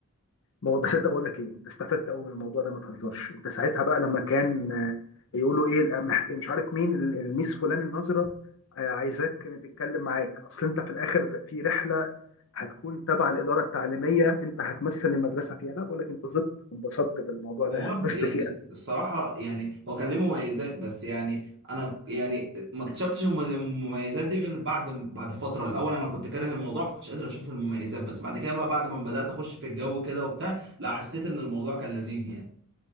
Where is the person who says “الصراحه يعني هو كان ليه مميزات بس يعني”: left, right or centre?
Right